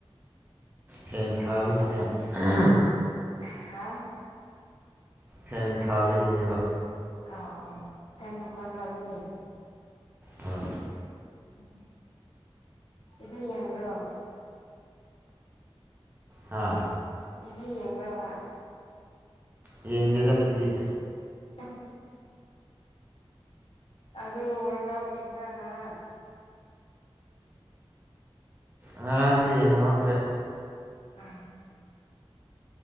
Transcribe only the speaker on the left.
ꯑꯥ ꯍꯥ
ꯑꯥ ꯑꯣ ꯐꯦꯟ ꯃꯈꯣꯟꯔꯥ ꯑꯗꯨꯗꯤ
ꯎꯝ ꯇꯤꯚꯤ ꯌꯦꯡꯕ꯭ꯔꯣ
ꯇꯤꯚꯤ ꯌꯦꯡꯕ꯭ꯔꯣꯕ
<unintelligible> ꯑꯗꯨ ꯋꯥꯔ ꯀꯞ ꯌꯦꯡꯕ꯭ꯔꯥ ꯉꯔꯥꯡ
ꯎꯝ